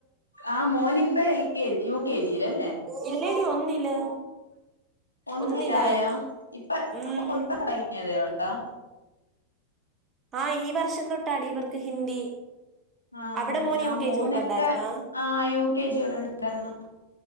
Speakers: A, on the left (about 80°); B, on the right (about 25°).
A: ആ മോനി ഇപ്പ എൽ കെ യു കെ ജിയിലല്ലേ
B: ഇല്ലടി ഒന്നില്
A: ഒന്നിലായോ
B: ഒന്നിലായി
A: ഇപ്പ
B: ഉം
A: അപ്പൊ ഇപ്പ തുടങ്ങിയതേ ഉള്ളാ
B: ആഹ് ഈ വർഷം തൊട്ടാടി ഇവർക്ക് ഹിന്ദി
A: ആഹ്
B: അവിടെ
A: നല്ലേ
B: മോൻ യു
A: ആ മോനൊക്കെ
B: കെ ജി തൊട്ടുണ്ടായിരുന്നോ
A: ആ യു കെ ജിോടെണ്ടായിരുന്നു